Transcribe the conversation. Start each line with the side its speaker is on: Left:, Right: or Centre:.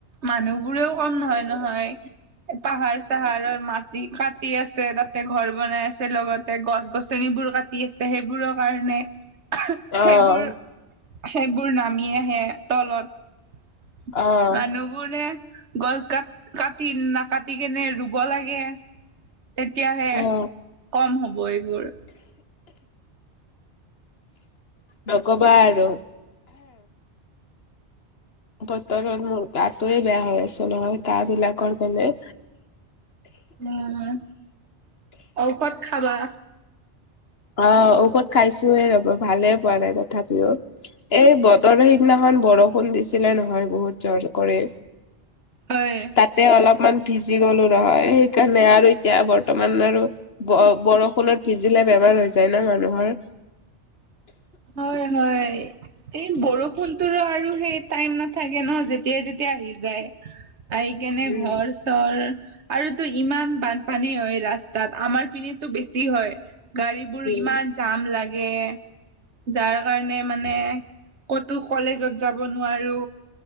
Right: মানুহ বোৰেও কম নহয় নহয়। পাহাৰ চাহাৰৰ মাটি কাটি আছে তাতে ঘৰ বনাই আছে লগতে গছ গছনিবোৰ কাটি আছে। সেইবোৰৰ কাৰণে
Left: অ',
Right: সেইবোৰ সেইবোৰ নামি আহে তলত
Left: অ',
Right: মানুহবোৰে গছ কাট কাটি নাকাটি কেনে ৰুব লাগে। তেতিয়াহে
Left: অ',
Right: কম হ'ব এইবোৰ।
Left: নকবা আৰু। বতৰত মোৰ গাটোয়ে বেয়া হৈ আছে নহয় গাহ বিলাকৰ কাৰণে
Right: উম ঔষধ খাবা।
Left: অ ঔষধ খাইছোয়ে ৰ'ব ভালে পোৱা নাই তথাপিও এই বতৰ সিদিনাখন অমান বৰষুণ দিছিলে নহয় বহুত জোৰ কৰি
Right: হয়
Left: তাতে অলপমান ভিজি গ'লো নহয় সেইকাৰণে আৰু এতিয়া বৰ্তমান আৰু ব বৰষুণত ভিজিলে। বেমাৰ হৈ যায় না মানুহৰ।
Right: হয় হয় এই বৰষুণটোৰো আৰু সেই টাইম ন থাকে ন যেতিয়াই তেতিয়াাই আহি যায় আহি কেনে
Left: উম
Right: ঘৰ চৰ আৰুতো ইমান বানপানী হয় ৰাস্তাত আমাৰ পিনেতো বেছি হয়। গাড়ীবোৰ
Left: উম
Right: ইমান জাম লাগে। যাৰ কাৰণে মানে ক'তো কলেজত যাব নোৱাৰো।